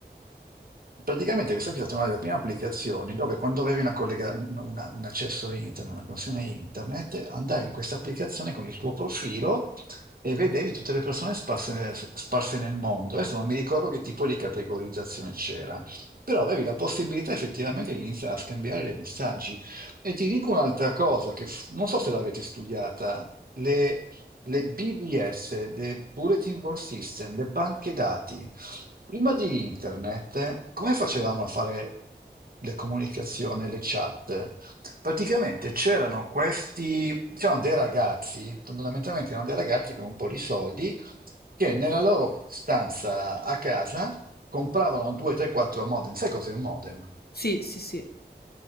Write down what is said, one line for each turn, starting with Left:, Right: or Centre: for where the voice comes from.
Right: Praticamente questa qui è stata una delle prime applicazioni dove quando avevi una collega- un una- un accesso internet, una connessione internet, andavi in questa applicazione con il tuo profilo e vedevi tutte le persone sparse, sparse nel mondo. Adesso non mi ricordo che tipo di categorizzazione c'era, però avevi la possibilità effettivamente di iniziare a scambiare dei messaggi. E ti dico un'altra cosa che f- non so se l'avete studiata, le, le BBS, le Bulletin Board System, le banche dati. Prima di internet, come facevamo a fare le comunicazioni, le chat? Praticamente c'erano questi, c'erano dei ragazzi, fondamentalmente erano dei ragazzi con un po' di soldi, che nella loro stanza a casa compravano 2, 3, 4 modem. Sai cos'è un modem?
Left: Sì, sì, sì,